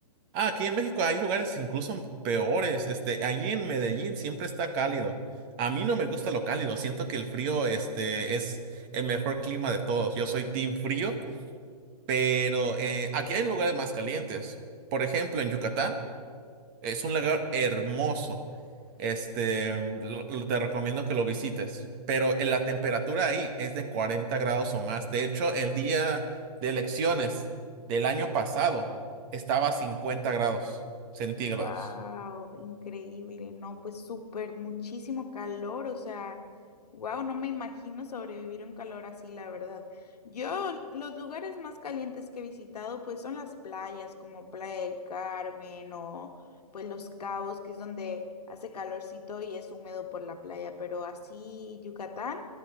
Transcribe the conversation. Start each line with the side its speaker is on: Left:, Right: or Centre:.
Right: Ah, aquí en México hay lugares incluso peores. Este, allí en Medellín siempre está cálido. A mí no me gusta lo cálido. Siento que el frío, este, es el mejor clima de todos. Yo soy team frío, pero eh, aquí hay lugares más calientes. Por ejemplo, en Yucatán. Es un lugar hermoso. Este, lo- lo- te recomiendo que lo visites. Pero en la temperatura ahí es de 40 grados o más. De hecho, el día de elecciones del año pasado estaba a 50 grados centígrados.
Left: Wow, increíble, no, pues súper, muchísimo calor, o sea, wow, no me imagino sobrevivir un calor así, la verdad. Yo, los lugares más calientes que he visitado, pues son las playas, como Playa del Carmen o pues Los Cabos, que es donde hace calorcito y es húmedo por la playa, pero así Yucatán